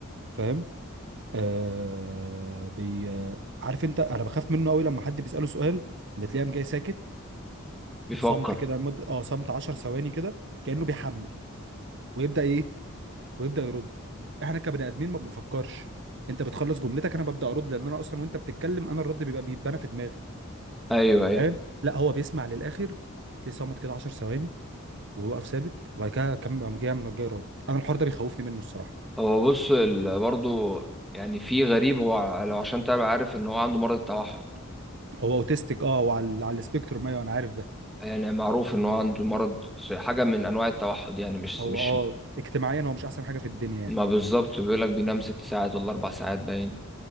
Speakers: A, on the right; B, in the centre.
A: فاهم آه بي آه، عارف انت انا بخاف منه قوي لما حد بيساله سؤال بتلاقيه قام جاي ساكت
B: بيفكر
A: صمت كده مد... اه صمت 10 ثواني كده كانه بيحمل ويبدا ايه ويبدا يرد احنا كبني ادمين ما بنفكرش انت بتخلص جملتك انا ببدا ارد لان انا اصلا وانت بتتكلم انا الرد بيبقى بيتبنى في دماغي
B: ايوه ايوه
A: فاهم لا هو بيسمع للاخر تلاقيه صمت كده 10 ثواني ويوقف ثابت وبعد كده كم قام جاي قام جاي يرد انا الحوار ده بيخوفني منه الصراحه
B: هو بص ال- برضو يعني في غريب هو ع- لو عشان تبقى عارف ان هو عنده مرض التوحد
A: هو اوتيستيك اه وعلى على السبيكتروم ايوه انا عارف ده
B: يعني معروف ان هو عنده مرض س- حاجه من انواع التوحد يعني مش
A: هو
B: مش
A: اه اجتماعيا هو مش احسن حاجه في الدنيا يعني
B: ما بالظبط بيقول لك بينام ست ساعات ولا اربع ساعات باين